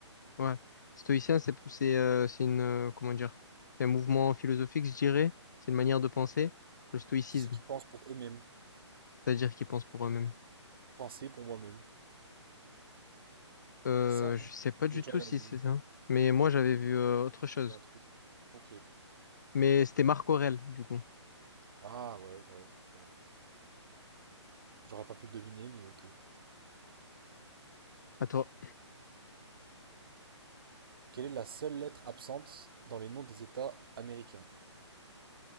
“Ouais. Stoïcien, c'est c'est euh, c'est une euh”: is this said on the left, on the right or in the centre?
Left